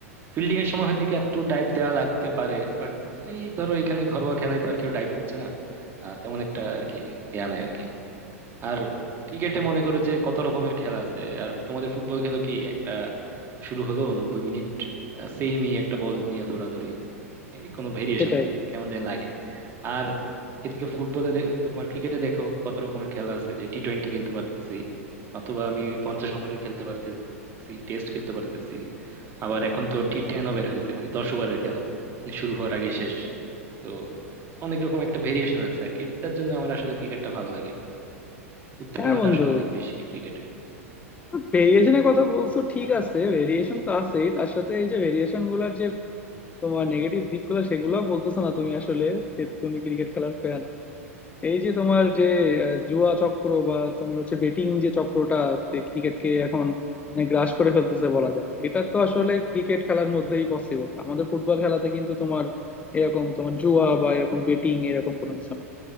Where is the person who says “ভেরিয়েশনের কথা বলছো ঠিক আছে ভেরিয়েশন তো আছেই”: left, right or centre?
Left